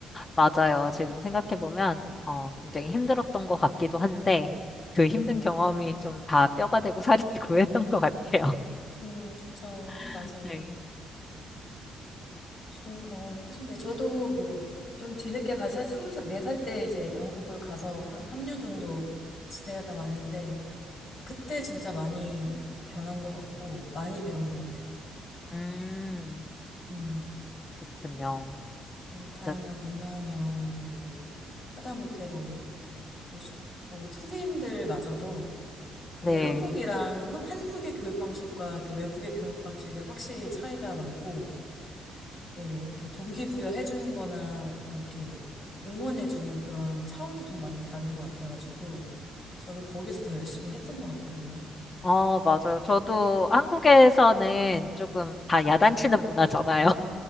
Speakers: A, on the left; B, on the left.
A: 맞아요. 지금 생각해보면 어, 굉장히 힘들었던 것 같기도 한데 그 힘든
B: 음,
A: 경험이 좀 다 뼈가 되고 <laughs> 살이 되고 했던 것 같아요.
B: 음, 그쵸.
A: <laughs>
B: 맞아요.
A: 네.
B: 좋은 경험 하셨는데, 저도 뭐, 좀 뒤늦게 가서 24살 때 이제 영국을 가서 한 3년 정도 지내다 왔는데, 그때 진짜 많이 변한 것 같고, 많이 배운 것 같아요.
A: 음,
B: 음,
A: 그렇군요.
B: 네, 다양한
A: 자,
B: 문화며, 뭐, 하다못해 뭐, 뭐, 시- 뭐 선생님들마저도 되게
A: 네.
B: 한국이랑, 헌- 한국의 교육 방식과 그 외국의 교육 방식이 확실히 차이가 많고, 예, 이렇게 동기부여해주는 거나, 뭐, 이렇게 응원해주는 그런 차원도 좀 많이 다른 것 같아가지고, 저는 거기서 더 열심히 했던 것 같거든요.
A: 어, 맞아요. 저도 한국에서는 조금 다 야단치는 문화잖아요.